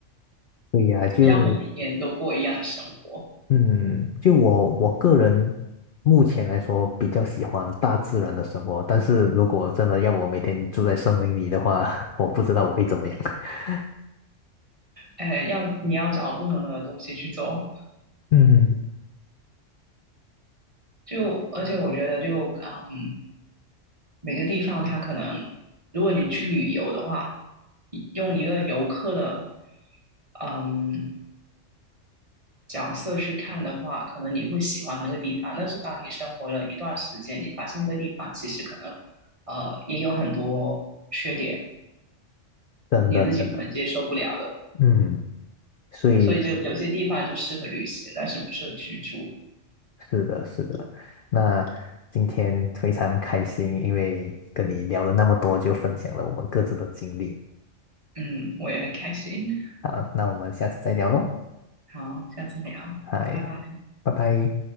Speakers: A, on the left; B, on the right.
A: 对呀，就
B: 不要每天都过一样的生活。
A: 嗯，就我我个人目前来说比较喜欢大自然的生活，但是如果真的要我每天住在森林里的话，<laughs> 我不知道我会怎么样。<laughs>
B: 哎，要你要找不同的东西去做。
A: 嗯，
B: 就而且我觉得就嗯，每个地方它可能，如果你去旅游的话，用一个游客的嗯角色去看的话，可能你会喜欢那个地方。但是当你生活了一段时间，你发现那个地方其实可能呃也有很多缺点，
A: 真的，
B: 你自己可能接受不了的。
A: 真的，嗯。所以
B: 所以就有些地方就适合旅行，但是不适合居住。
A: 是的，是的。那今天非常开心，因为跟你聊了那么多，
B: 嗯，
A: 就分享了我们各自的经历。
B: 嗯，我也很开心。
A: 好，那我们下次再聊喽。
B: 好，下次聊，
A: 嗨，
B: 拜拜。
A: 拜拜。